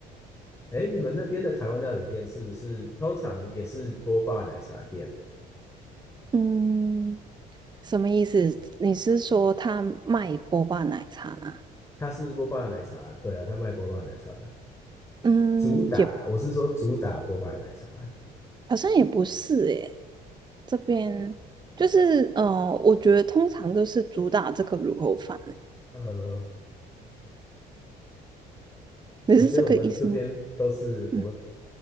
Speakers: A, on the left; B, on the right.
A: 哎，你们那边的台湾料理店是不是通常也是波霸奶茶店？
B: 嗯，什么意思？你是说他卖波霸奶茶吗？
A: 它是波霸奶茶，对啊，它卖波霸奶茶。
B: 嗯，
A: 主打，
B: 也
A: 我是说主打波霸奶茶。
B: 好像也不是诶，这边就是呃，我觉得通常都是主打这个卤肉饭，
A: 呃，
B: 你是这个意思吗？
A: 我觉得我们这边都是我们
B: 嗯。